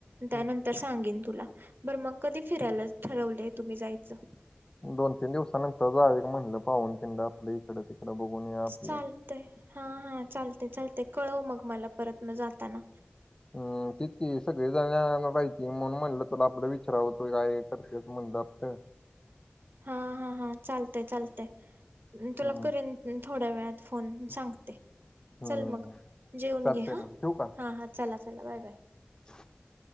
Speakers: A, on the right; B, on the left.
A: त्यानं
B: हम्म.
A: तर सांगेन तुला बरं मग कधी फिरायला ठरवलय तुम्ही जायचं?
B: दोन तीन दिवसानंतर जाविल म्हणलं पाहूनथंड आपल्या इकडं. तिकडं बघून या. आपलं
A: चालतय हा हा चालतय चालतय कळव मग मला परतन जातांना.
B: हम्म तिथली सगळी जागा यायला पाहिजे. की म्हणून म्हणलं तुला आपलं विचारावतो काय करते असं म्हणलं आत.
A: हा हा हा चालतय चालतय तुला
B: हम्म
A: करेन थोड्या वेळात फोन म सांगते
B: हम्म
A: चल मग जेऊन
B: चालतंय
A: घे हा
B: मग ठेवू का
A: हा हा. चला चला बाय बाय.
B: <inaudible>